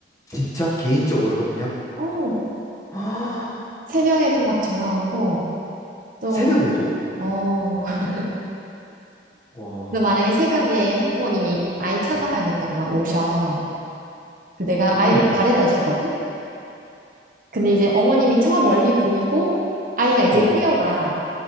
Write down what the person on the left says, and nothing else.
진짜 개인적으로도 그냥
<gasps> 아,
새벽에도?
와.
음.
어.